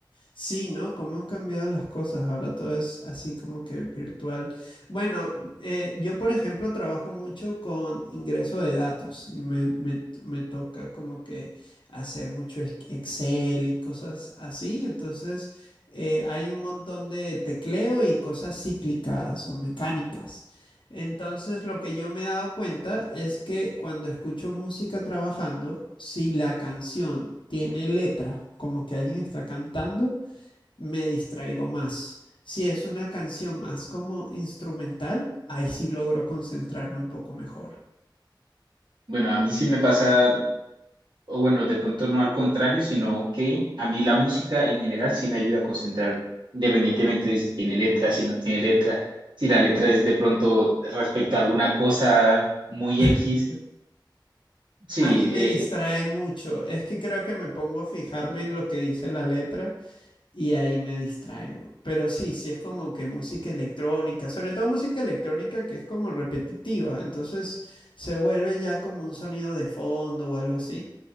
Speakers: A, on the left; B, on the right.
A: Sí, ¿no? Cómo han cambiado las cosas. Ahora todo es así como que virtual. Bueno, eh, yo por ejemplo trabajo mucho con ingreso de datos y me, me- me toca como que hacer mucho ex- Excel y cosas así. Entonces eh, hay un montón de tecleo y cosas cíclicas o mecánicas. Entonces lo que yo me he dado cuenta es que cuando escucho música trabajando, si la canción tiene letra, como que alguien está cantando, me distraigo más. Si es una canción más como instrumental, ahí sí logro concentrarme un poco mejor.
B: Bueno, a mí sí me pasa o bueno, de pronto no al contrario, sino que a mí la música en general sí me ayuda a concentrar independientemente de si tiene letra, si no tiene letra, si la letra es de pronto respecto a alguna cosa muy
A: <laughs>
B: X. Sí,
A: A mí me
B: eh,
A: distrae mucho, es que creo que me pongo a fijarme en lo que dice la letra Y ahí me distraigo. Pero sí, sí es como que música electrónica, sobre todo música electrónica que es como repetitiva, entonces se vuelve ya como un sonido de fondo o algo así.